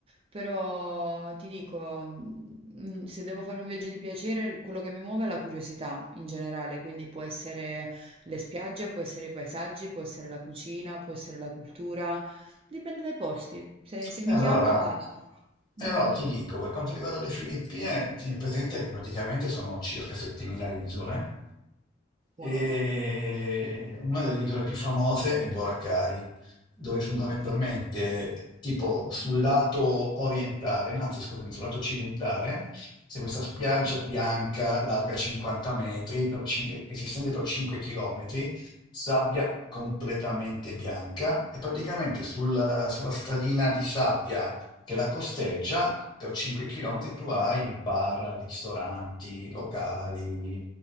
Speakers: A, on the right; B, on the left.
A: Però ti dico, mm, se devo fare un viaggio di piacere, quello che mi muove è la curiosità in generale, quindi può essere le spiagge, può essere i paesaggi, può essere la cucina, può essere la cultura. Dipende dai posti, se, se
B: E
A: mi
B: allora,
A: chiama vado.
B: e
A: Mm-mm.
B: allora ti dico, per quanto riguarda le Filippine, tieni presente che praticamente sono circa 7.000 isole
A: Wow,
B: E una delle isole più famose è Boracay, dove fondamentalmente,
A: ok.
B: tipo sul lato orientale, anzi scusami, sul lato occidentale, c'è questa spiaggia
A: Mhm.
B: bianca larga 50 metri per cin- che si estende per 5 chilometri, sabbia completamente bianca e praticamente sul- sulla stradina di sabbia che la costeggia per 5 chilometri tu hai bar, ristoranti, locali,